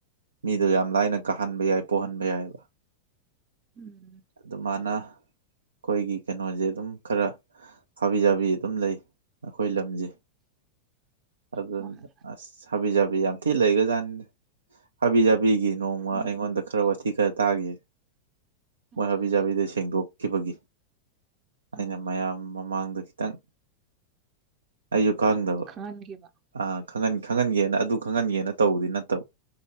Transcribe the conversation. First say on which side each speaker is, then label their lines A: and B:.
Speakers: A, on the right (about 70°); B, on the right (about 30°).
A: ꯃꯤꯗꯣ ꯌꯥꯝ ꯂꯥꯏꯅ ꯀꯥꯍꯟꯕ ꯌꯥꯏ ꯄꯣꯛꯍꯟꯕ ꯌꯥꯏꯑꯦꯕ
B: ꯎꯝ
A: ꯑꯗꯨꯃꯥꯏꯅ ꯑꯩꯈꯣꯏꯒꯤ ꯀꯩꯅꯣꯁꯦ ꯑꯗꯨꯝ ꯈꯔ ꯍꯥꯕꯤ ꯆꯥꯕꯤ ꯑꯗꯨꯝ ꯂꯩ ꯑꯩꯈꯣꯏ ꯂꯝꯁꯦ ꯑꯗꯨꯅ
B: ꯍꯣꯏ
A: ꯑꯁ ꯍꯥꯕꯤ ꯆꯥꯕꯤ ꯌꯥꯝ ꯊꯤ ꯂꯩꯈ꯭ꯔꯥꯖꯥꯠꯅꯤ ꯍꯥꯕꯤꯖꯥꯕꯤꯒꯤ ꯅꯣꯡꯃ
B: ꯎꯝ
A: ꯑꯩꯉꯣꯟꯗ ꯈꯔ ꯋꯥꯊꯤ ꯈꯔ ꯇꯥꯈꯤꯌꯦ
B: ꯑꯣ
A: ꯃꯣꯏ ꯍꯥꯕꯤ ꯆꯥꯕꯤꯗ ꯁꯦꯡꯗꯣꯛꯈꯤꯕꯒꯤ ꯑꯩꯅ
B: ꯎꯝ
A: ꯃꯌꯥꯝ ꯃꯃꯥꯡꯗ ꯈꯤꯇꯪ ꯑꯩꯁꯨ ꯈꯪꯗꯕ
B: ꯈꯪꯍꯟꯈꯤꯕ
A: ꯑ ꯈꯪꯍꯥꯟ ꯈꯪꯍꯟꯒꯦꯅ ꯑꯗꯨ ꯈꯪꯍꯟꯒꯦꯅ ꯇꯧꯕꯗꯤ ꯅꯠꯇꯕ